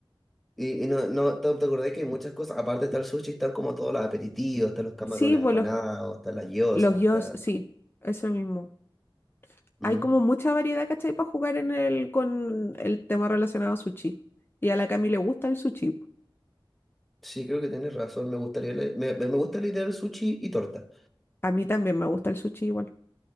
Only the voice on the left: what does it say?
Sí, pues
los,
los gyos,
sí, eso mismo. Hay
como mucha variedad, ¿cachai? Para jugar en el, con el tema relacionado a sushi. Y a la Cami le gusta el sushi. po.
A mí también me gusta el sushi igual.